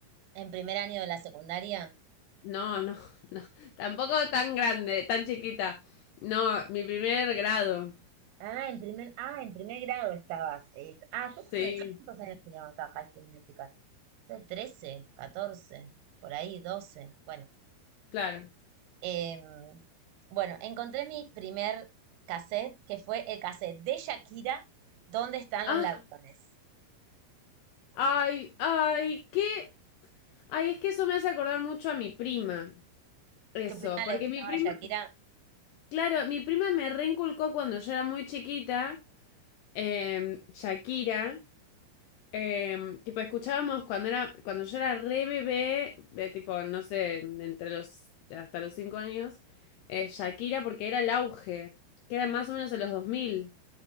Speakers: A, on the right; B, on the left.
A: en primer año de la secundaria,
B: No, no, <laughs> no. Tampoco tan grande, tan chiquita. No, mi primer grado.
A: Ah, en primer, ah, en primer grado estabas. eh, ah, yo cuando,
B: Sí,
A: yo cuántos años tenía cuando estaba High School Musical. Sí. 13, 14, por ahí 12? bueno.
B: claro.
A: Em, bueno, encontré mi primer cassette, que fue el cassette de Shakira, ¿Dónde están
B: Ah,
A: los ladrones?
B: ay, ay, qué. Ay, es que eso me hace acordar mucho a mi prima. Eso,
A: ¿Tu prima
B: porque
A: le gustaba
B: mi prima,
A: Shakira?
B: claro, mi prima me reinculcó cuando yo era muy chiquita, em, Shakira, Eh, tipo, escuchábamos cuando era, cuando yo era re bebé, de tipo, no sé, entre los, hasta los cinco años, eh, Shakira porque era el auge, que era más o menos en los dos mil